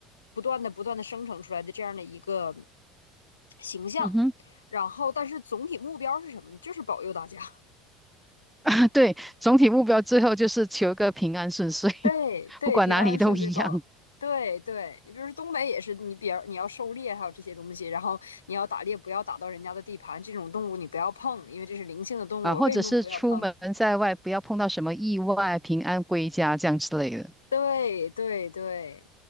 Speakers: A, on the left (about 75°); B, in the centre.
A: 不断的不断的生成出来的这样的一个形象，
B: 嗯哼，
A: 然后但是总体目标是什么呢？就是保佑大家。
B: <laughs> 对，总体目标最后就是求个平安顺遂，<laughs>
A: 对对，
B: 不管哪里都一样
A: 平安顺遂保，对对，你比如说东北也是，你比如你要狩猎，还有这些东西，然后你要打猎，不要打到人家的地盘，这种动物你不要碰，因为这是灵性的动物，
B: 啊，或者是出门在外不要碰到什么意外，
A: 为什么不要碰？
B: 平安归家这样之类的。
A: 对对对，